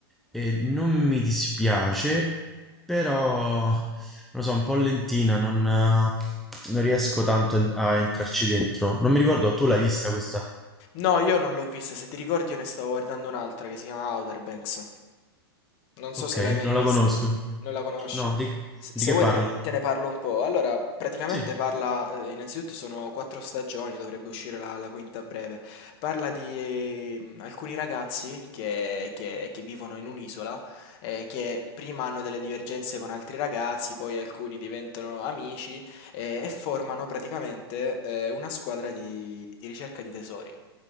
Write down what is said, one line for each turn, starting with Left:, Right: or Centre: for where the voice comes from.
Centre: e non mi dispiace, però non lo so, un po' lentina, non, eh, non riesco tanto en- a entrarci dentro. Non mi ricordo, tu l'hai vista questa?
Left: No, io non l'ho vista. Se ti ricordi, io ne stavo guardando un'altra che si chiama Outer Banks. Non so
Centre: Ok,
Left: se l'hai mai
Centre: non
Left: vista,
Centre: la conosco.
Left: non la conosci.
Centre: No, di,
Left: Se,
Centre: di
Left: se
Centre: che
Left: vuoi
Centre: parla?
Left: te ne, te ne parlo un po'. Allora, praticamente
Centre: Sì,
Left: parla, eh, innanzitutto sono quattro stagioni, dovrebbe uscire la, la quinta a breve. Parla di ehm, alcuni ragazzi che, che- che vivono in un'isola, eh, che prima hanno delle divergenze con altri ragazzi, poi alcuni diventano amici eh, e formano praticamente eh, una squadra di, di ricerca di tesori.